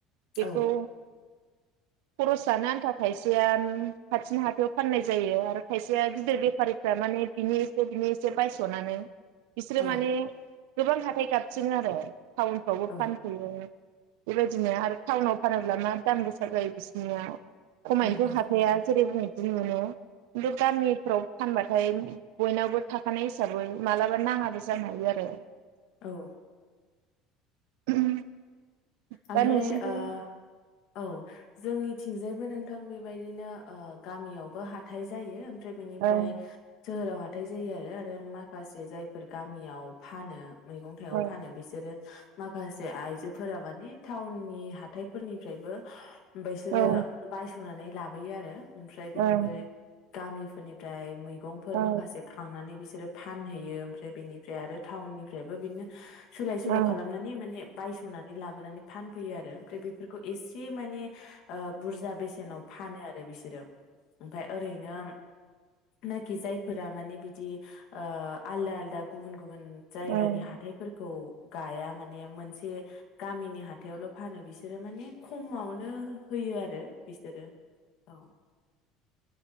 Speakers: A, on the right (about 80°); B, on the left (about 50°).
A: बेखौ।
B: औ
A: खरस जानो आन्था खायसेया खाथिनि हाथायाव फाननाय। जायो आरो खायसेया गिदिर बेफारिफ्रा माने बिनि एसे बिनि एसे बायसनानै। बिसोरो
B: औ
A: माने। गोबां हाथाय गाबसि <unintelligible> आरो। टाउनफ्रावबो
B: औ
A: फानफैयो। बेबायदिनो आरो टाउनाव फानोब्ला मा दाम गोसा जायो बिसनियाव। खमायनोथ
B: उम उम
A: हाखाया जेरै बुंङो। <unintelligible> खिन्थु गामिफ्राव फानबाथाय बयनावबो थाखानाय हिसाबै मालाबा नाङाबो जानो हायो आरो।
B: औ
A: <unintelligible> <unintelligible>
B: ओमफ्राय
A: दा नोंसिनिथिं
B: ओ औ। जोंनिथिंजायबो नोंथां बे। बेबायदिनो गामियावबो हाथाइ। जायो। ओमफ्राय बेनिफ्राय
A: ओं
B: जोहोराव <unintelligible> हथाय <unintelligible> जायो आरो माखासे जायफोर गाब। मियाव फानो। मैगं थाइगं
A: ओं
B: फानो बिसोरो माखासे। आयजो। फोरा माने टाउननि हाथायफोरनिफ्रायबो बैसोरो
A: औ
B: बायसनानै लाबोयो आरो। ओमफ्राय बेनिबो
A: ओं
B: गामिफोरनिफ्राय मै। मैगंफोर
A: औ
B: माखासे खांनानै बिसोर। फानहैयो ओमफ्राय बेनिफ्राय आरो। टाउननिफ्रायबो बिनो। सोलाय सोल
A: ओं औ
B: खालामनानै माने बायस। नानै लाबोनानै फानफैयो आरो। ओमफ्राय बेफोरखौ एसे माने। <unintelligible> बुरजा बेसेनाव फानो आरो बिसोरो। ओमफाय ओरैनो नाखि जायफोरा माने बिदि आलदा आलदा गुबुन गुबुन जायगानि
A: औ
B: हाथायफोरखौ गाया माने मोनसे गामिनि हा थायावल फानो बिस सोरो माने खमावनो होयो आरो बिसोरो औ।